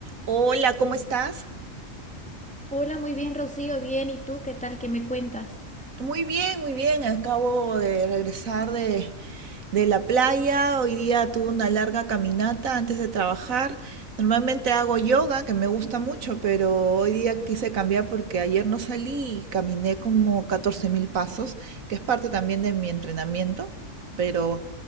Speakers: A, on the right; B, in the centre.
A: Hola, ¿cómo estás?
B: Hola, muy bien, Rocío, bien. ¿Y tú qué tal? ¿Qué me cuentas?
A: Muy bien, muy bien. Acabo de regresar de, de la playa. Hoy día tuve una larga caminata antes de trabajar. Normalmente hago yoga, que me gusta mucho, pero hoy día quise cambiar porque ayer no salí y caminé como catorce mil pasos, que es parte también de mi entrenamiento, pero